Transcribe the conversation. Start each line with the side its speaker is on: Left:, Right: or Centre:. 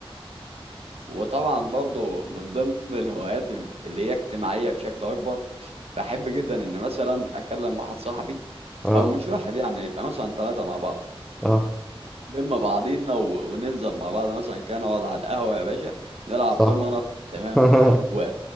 Right: وطبعا برضه من ضمن الهوايات ال- اللي هي اجتماعية بشكل أكبر بحب جدا إن مثلا أكلم واحد صاحبي
Centre: اه
Right: أو مش واحد يعني يبقى مثلا ثلاثة مع بعض
Centre: اه
Right: نلم بعضينا و... وننزل مع بعض مثلا كان أقعد على القهوة يا باشا نلعب
Centre: صح
Right: دومنة تمام
Centre: <laughs>
Right: و...